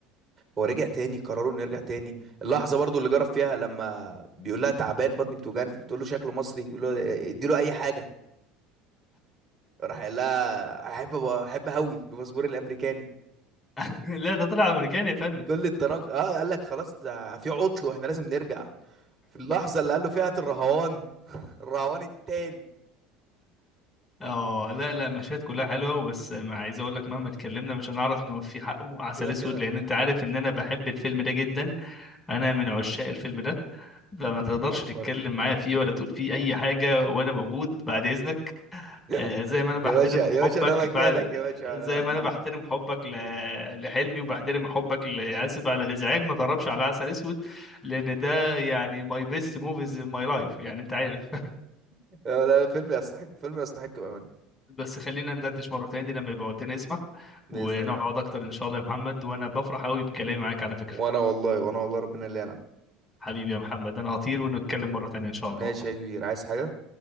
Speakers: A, on the right; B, on the left.
A: هو رجع تاني قرروا انه يرجع تاني اللحظه برضو اللي جرب فيها لما بيقول لها تعبان بطني بتوجعني بتقول له شكله مصري بيقول له ادي له اي حاجه راح قال لها احب احب هوي بباسبوري الامريكاني
B: <laughs> لا ده طلع امريكاني يا فندم
A: كل التناقض اه قال لك خلاص ده في عطل واحنا لازم نرجع في اللحظة اللي قال له فيها هات الرهوان <laughs> الرهوان التاني
B: اه لا لا مشاهد كلها حلوه وبس ما عايز اقول لك مهما اتكلمنا مش هنعرف نوفي حقه عسل
A: كده
B: اسود
A: كده
B: لان انت عارف ان انا بحب الفيلم ده جدا انا من عشاق الفيلم ده فما
A: فيلم
B: تقدرش
A: فيلم عبقري
B: تتكلم معايا فيه ولا تقول فيه اي حاجه وانا موجود بعد اذنك
A: <laughs>
B: آه، زي ما انا بحترم
A: يا باشا يا
B: حبك
A: باشا ده مكانك
B: بع-
A: يا باشا
B: زي
A: أنا...
B: ما انا بحترم حبك ل- لحلمي وبحترم حبك ل- اسف على الازعاج ما تقربش على عسل اسود لان ده يعني ماي بيست موفيز ان ماي لايف يعني انت عارف
A: <laughs> لا لا فيلم يستحق فيلم يستحق بأمانة
B: بس خلينا ندردش مره تاني لما يبقى وقتنا يسمح
A: بإذن
B: ونقعد
A: الله
B: اكتر ان شاء الله يا محمد وانا بفرح قوي بكلامي معاك على فكره
A: وانا والله وانا والله ربنا اللي يعلم
B: حبيبي يا محمد انا هطير ونتكلم مره تانيه ان شاء
A: ماشي
B: الله
A: يا كبير عايز حاجة